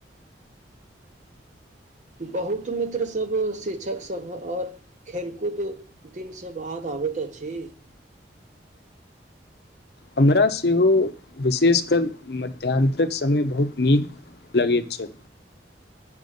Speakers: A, on the right; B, on the left.
A: बहुत मित्र सब शिक्षक सभ आओर खेल कूद दिन से बाद आबैत अछि
B: हमरा सेहो विशेषकर मध्यानंतरक समय बहुत नीक लगैत छैय